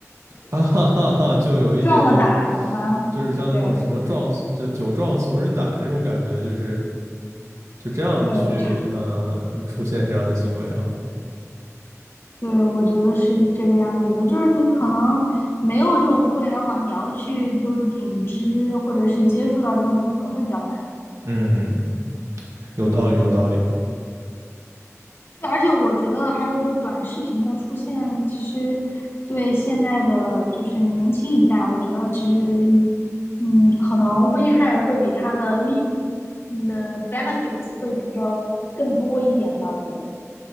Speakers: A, on the right; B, on the left.
A: 啊哈哈哈，就有一点就是
B: 撞了打了吗？
A: 就是像那种什么壮就酒壮怂人胆这种感觉，
B: 对，
A: 就是就这样去嗯、
B: 对，差，
A: 呃出现这样的行为啊，
B: 对，我觉得是这个样子的，就是你可能没有这种互联网，你要去就是组织或者是接触到这种东西，可能会比较难。
A: 嗯，有道理有道理，
B: 嗯，对，而且我觉得还有就是短视频的出现，其实对现在的就是年轻一代，我觉得其实嗯，可能危害会比它的利，嗯的 benefits 会比较更多一点吧，我觉得。